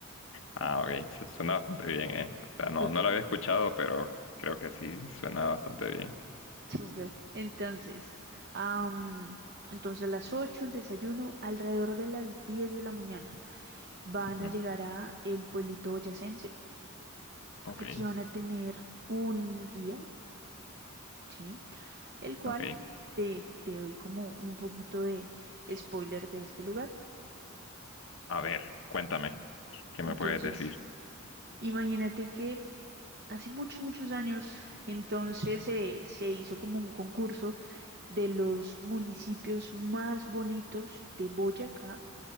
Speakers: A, on the right (about 50°); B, on the left (about 65°).
A: <laughs>
B: Ah,
A: Sí.
B: ok, su- suena bastante bien, ¿eh? O sea, no,
A: Ok,
B: no lo había escuchado, pero creo que sí suena bastante bien.
A: súper. Entonces, am, entonces a las 8 el desayuno, alrededor de las diez de la mañana. van
B: Ujú,
A: a llegar a el pueblito boyacense.
B: Ok,
A: Aquí van a tener un guía, ¿sí? El cual
B: ok.
A: te, te doy como un poquito de spoiler de este lugar.
B: A ver, cuéntame, ¿qué
A: Entonces,
B: me puedes decir?
A: imagínate que hace muchos, muchos años, entonces eh, se hizo como un concurso de los municipios más bonitos de Boyacá,